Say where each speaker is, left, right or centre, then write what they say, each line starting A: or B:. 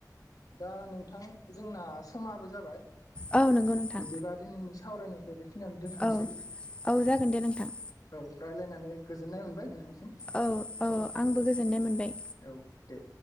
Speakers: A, on the left; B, on the left.
A: दा नोंथां जोंना समाबो जाबाय
B: औ नंगौ नोंथां
A: बिदिबा दिनैनि सावरायनायखौ बेखिनियानो दोनथ'नोसै
B: औ औ जागोन दे नोंथां
A: औ रायज्लायनानै गोजोननाय मोनबाय नोंथांसिम
B: औ औ आंबो गोजोननाय मोनबाय
A: औ दे